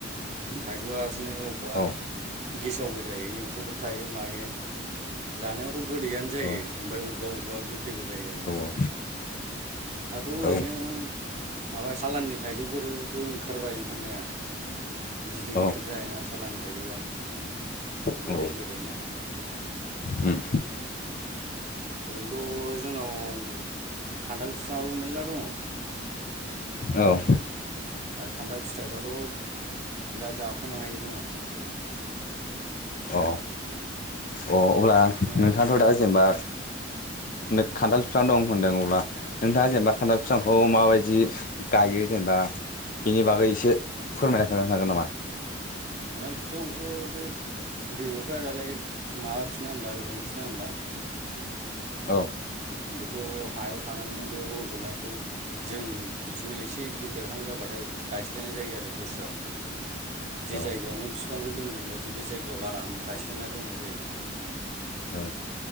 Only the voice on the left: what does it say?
औ
औ
औ
औ
औ
औ
उम
औ।
अ अ अब्ला
नोंथाङाथ' दा जे जेनेबा नो खान्थाल बिफां दं होनदों अब्ला नोंथाङा
जेनेबा
खान्थाल बिफांखौ माबायदि गायो जेनेबा बेनि बागै एसे फोरमायना होलांनो हागोन नामा?
औ।
औ
औ